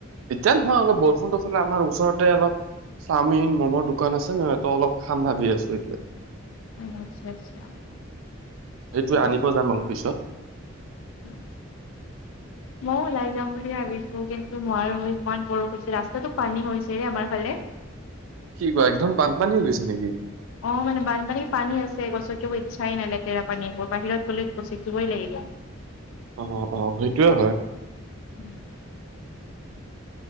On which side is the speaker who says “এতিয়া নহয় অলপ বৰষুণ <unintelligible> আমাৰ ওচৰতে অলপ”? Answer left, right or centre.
Right